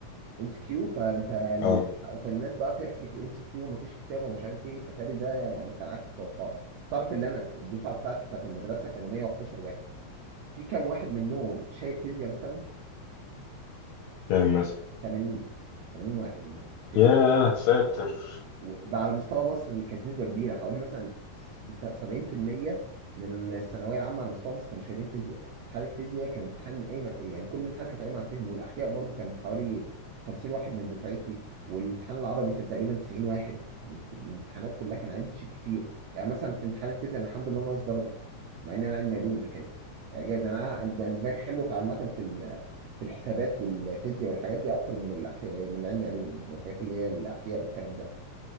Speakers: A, on the right (about 80°); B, on the left (about 80°).
A: ام سي كيو فانت اللي
B: اه
A: بتح- فالناس بقى فرحت وام سي كيو ومفيش كتابه ومش عارف ايه اتاري ده يعني كان عكس توقعنا تعرف ان انا الدفعه بتاعتي بتاعت المدرسه كانوا 111 واحد في كام واحد منهم شايل فيزياء مثلا
B: كام مثلا
A: 80 80 واحد منهم شايلين
B: يا ساتر
A: وده على مستوى مصر اللي كانت نسبة كبيرة حوالي مثلا ستة- 70% من الثانوية العامة على مستوى مصر كانوا شايلين فيزياء امتحان الفيزياء كان امتحان قايم يعني كل امتحان كان قايم على الفهم والأحياء برضو كان حوالي 50 واحد من دفعتي والامتحان العربي كان تقريبا 90 واحد كانت الامتحانات كلها كان عيال بتشيل كتير يعني مثلا في امتحان الفيزياء انا الحمد لله ناقص درجة مع ان انا علمي علوم ده كانت اعجاز انا أنا دماغي حلوه في عامه في ال- في الحسابات والفيزياء والحاجات دي اكتر من الاحياء من علمي علوم يعني الحاجات اللي هي الاحياء والكلام ده